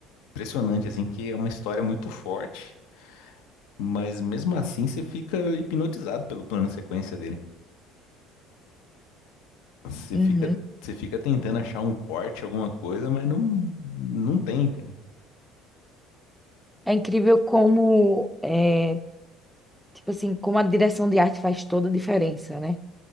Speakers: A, on the left; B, in the centre.
A: impressionante, assim, que é uma história muito forte, mas mesmo assim você fica hipnotizado pelo plano sequência dele. Você
B: uhum.
A: fica, você fica tentando achar um corte, alguma coisa, mas não, não tem, cara.
B: É incrível como, é, tipo assim, como a direção de arte faz toda a diferença, né?